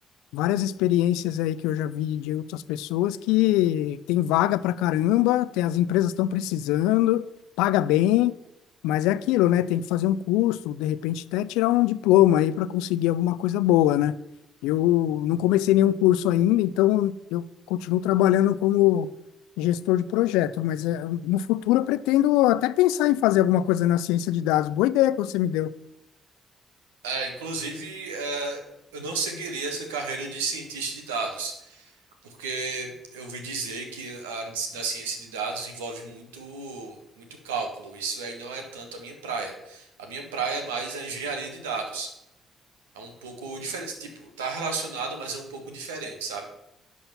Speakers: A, on the left; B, on the right.
A: várias experiências aí que eu já vi de outras pessoas que tem vaga pra caramba, tem, as empresas estão precisando, paga bem, mas é aquilo, né? Tem que fazer um curso, de repente até tirar um diploma aí para conseguir alguma coisa boa, né? Eu não comecei nenhum curso ainda, então eu continuo trabalhando como gestor de projeto, mas eh, no futuro eu pretendo até pensar em fazer alguma coisa na ciência de dados. Boa ideia que você me deu.
B: É, inclusive, é, eu não seguiria essa carreira de cientista de dados, porque eu ouvi dizer que a área de- da ciência de dados envolve muito, muito cálculo. Isso aí não é tanto a minha praia. A minha praia é mais a engenharia de dados. É um pouco diferente, tipo, tá relacionado, mas é um pouco diferente, sabe?